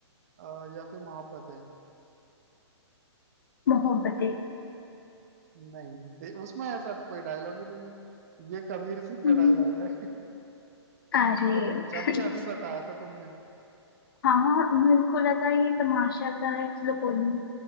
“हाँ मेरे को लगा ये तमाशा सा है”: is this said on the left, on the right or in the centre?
Left